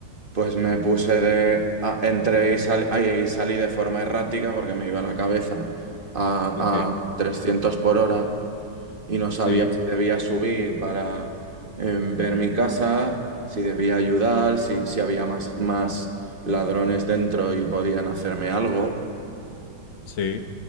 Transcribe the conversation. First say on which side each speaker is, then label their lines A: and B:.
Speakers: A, on the right; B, on the left.
A: pues me puse de... a- entré y, sal- ay, y salí de forma errática porque me iba la cabeza a,
B: Ok,
A: a trescientos por hora y no sabía
B: Sí.
A: si
B: sí,
A: debía subir para em, ver mi casa, si debía ayudar, si, si había más, más ladrones dentro y podían hacerme algo.
B: sí.